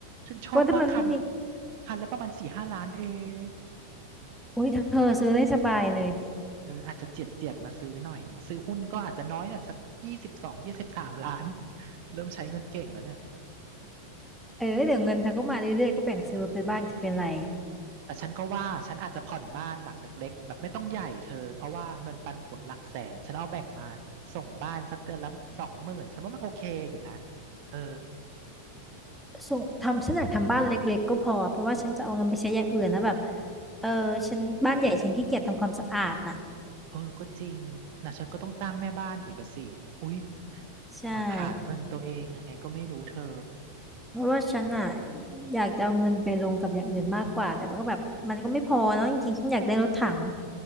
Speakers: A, on the right (about 45°); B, in the centre.
A: ฉันชอบมากคัน
B: ก็ถ้ามันไม่มี
A: คันละประมาณสี่ห้าล้านเอง
B: โอ้ยเธอซื้อได้สบายเลย
A: เอออาจจะเจียดเจียดมาซื้อหน่อยเนาะซื้อหุ้นก็อาจจะน้อยหน่อยสักยี่สิบสองยี่สิบสามล้านเริ่มใช้เงินเก่งแล้วเนี่ย
B: เออเดี๋ยวเงินเธอก็มาเรื่อยๆก็แบ่งซื้อรถไปบ้างจะเป็นไร
A: เออ แต่ฉันก็ว่าฉันอาจจะผ่อนบ้านหลังเล็กๆแบบไม่ต้องใหญ่เธอเพราะว่าเงินปันผลหลักแสนฉันเอาแบ่งมาส่งบ้านสักเดือนละสองหมื่นฉันว่ามันโอเคอยู่นะเออ
B: ส่งทำฉันอยากทำบ้านเล็กๆก็พอเพราะว่าฉันจะเอาเงินไปใช้อย่างอื่นนะแบบเออฉันบ้านใหญ่ฉันขี้เกียจทำความสะอาดน่ะ
A: อืมเออก็จริงนะฉันก็ต้องจ้างแม่บ้านอีกอะสิอุ๊ย
B: ใช่
A: เหมือนผ่านเงินตัวเองยังไงก็ไม่รู้เธอ
B: เพราะว่าฉันอ่ะอยากจะเอาเงินไปลงกับอย่างอื่นมากกว่าแต่ว่าก็แบบมันก็ไม่พอเนาะจริงๆฉันอยากได้รถถัง